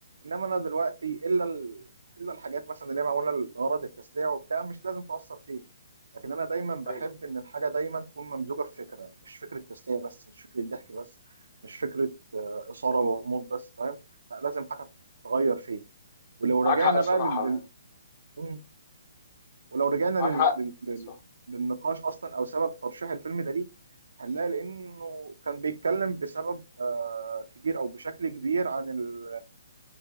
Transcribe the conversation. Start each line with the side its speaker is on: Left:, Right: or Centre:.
Right: انما انا دلوقتي الا ال... الا الحاجات مثلا اللي هي معموله لغرض التسليع وبتاع مش لازم تاثر فيك لكن انا دايما بحب
Left: ايوه
Right: ان الحاجه دايما تكون ممزوجه في فكره مش فكره تسليه بس مش فكره ضحك بس مش فكره اثاره وغموض بس فاهم لا لازم حاجه تغير فيك ولو
Left: معاك
Right: رجعنا
Left: حق بصراحه
Right: بقى لل...
Left: يعني
Right: لل- ولو رجعنا
Left: معاك
Right: لل...
Left: حق
Right: لل... لل...
Left: صح
Right: للنقاش اصلا او سبب ترشيح الفيلم ده ليك هنلاقي لانه كان بيتكلم بسبب آه، كبير او بشكل كبير عن ال...